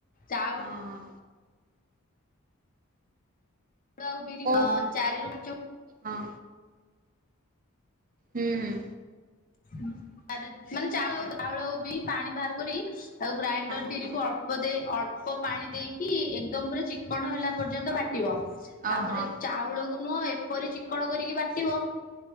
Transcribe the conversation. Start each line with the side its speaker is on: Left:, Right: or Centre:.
Left: ଚାଉ
Right: ହଁ ହଁ
Left: ଚାଉଳ ଆଉ ଵିରିକୁ
Right: କୋଉ
Left: ଚାରି ରୁପାଞ୍ଚ
Right: ହଁ। ହୁଁ ହୁଁ।
Left: ମାନେ ଚାଉଳ ଚାଉଳ ବି ପାଣି ବାହାର କରି ଆଉ ଗ୍ରାଇଣ୍ଡର
Right: ହଁ
Left: ବିରି କୁ ଅଳ୍ପ ଅଳ୍ପ ଦେଇ ଅଳ୍ପ ପାଣି ଦେଇକି ଏକେଦମ୍ ପୁରା ଚିକଣ ହେଲା ପର୍ଯ୍ୟନ୍ତ ବାଟିବ।
Right: ଓହୋ
Left: ତାପରେ ଚାଉଳକୁ ନୁହଁ ଏପରି ଚିକଣ କରିକି ବାଟିବ